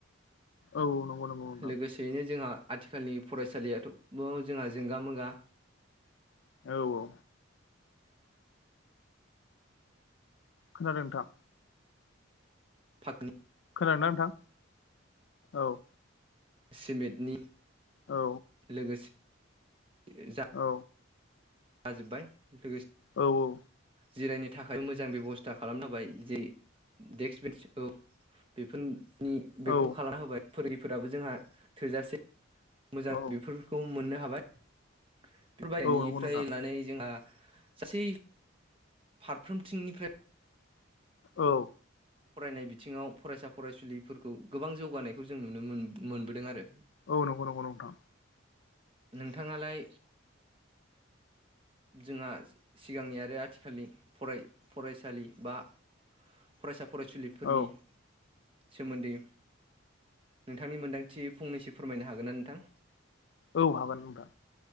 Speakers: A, on the left; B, on the right.
A: औ नंगौ नंगौ नोंथां
B: लोगोसेयैनो जोंहा। आथिखालनि फरायसालियाथ'बो जोंहा जोंगा-मोगा।
A: औ-औ। खोनादों नोंथां।
B: फाक्नि।
A: खोनादोंना नोंथां औ।
B: सिमेटनि।
A: औ
B: लोगोसे जा।
A: औ
B: जाजोबबाय लोगोसे।
A: औ-औ।
B: जिरायनो थाखाय मोजां बेब'स्था खालामनांबाय जे डेक्स बेन्स औ बेफोर। नि बेफोरखौ
A: औ
B: खालामना होबाय फोरोंगिरिफोराबो जोंहा थोजासे। मोजां
A: औ
B: बेफोरखौ मोननो हाबाय बेफोर बायनायनिफ्राय
A: औ नंगौ नोंथां
B: लानानै जोंहा। गासै फारफ्रोमथिंनिफ्राय।
A: औ।
B: फरायनाय बिथिङाव फरायसा फरायसुलिफोरखौ गोबां जौगानायखौ जों नुनो मोन मोनबोदों आरो।
A: औ नंगौ नंगौ नंगौ नोंथां।
B: नोंथाङालाय। जोंहा सिगांनि आरो आथिखालनि फराय फरायसालि बा। फरायसा फरायसुलिफोरनि।
A: औ
B: सोमोन्दै नोंथांनि मोन्दांथि फंनैसो फोरमायनो हागोन ना नोंथां।
A: औ हागोन नोंथां।